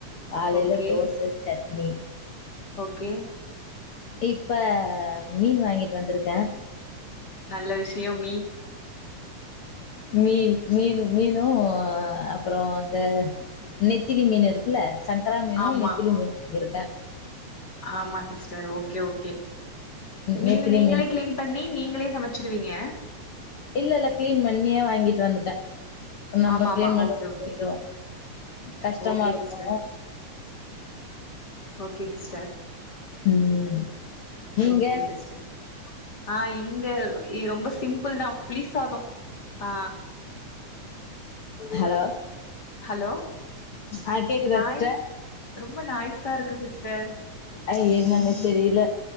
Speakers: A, on the left; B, on the left.
A: காலைல
B: ஓகே
A: தோச சட்னி.
B: ஓகே.
A: இப்ப மீன் வாங்கிட்டு வந்திருக்கே.
B: நல்ல விஷ்யம் மீ
A: மீன் மீன் மீனு அ அப்புறோ அந்த நெத்திலி மீன் இருக்குல்ல சங்கரா மீனு
B: ஆமா
A: நெத்திலி மீனு <inaudible> கிருக்கே.
B: ஆமா சிஸ்டர் ஓகே ஓகே. மீனு
A: நெத்திலி
B: நீங்களே
A: மீன்
B: கிளீன் பண்ணி நீங்களே சமச்சிருவீங்க.
A: இல்ல இல்ல கிளீன் பண்ணியே வாங்கிட்டு வந்துட்டே. நம்ப
B: ஆமா
A: கிளீன்
B: ஆமா
A: பண்றது
B: ஓகே ஓகே
A: கொஞ்சோ கஷ்டமாருக்கு.
B: ஓகே Sister okay sister.
A: ம் நீங்க
B: ஒகே சிஸ்டர் ஆ இங்கவ் இ ரொம்போ சிம்பிள்தா புளிசாதோ ஆ.
A: ஹலோ?
B: ஹலோ
A: ஆ கேக்குதா
B: நாய்ஸ்
A: சிஸ்ட?
B: ரொம்ப நாய்ஸா இருக்கு சிஸ்டர்
A: அய் என்னன்னு தெரியில.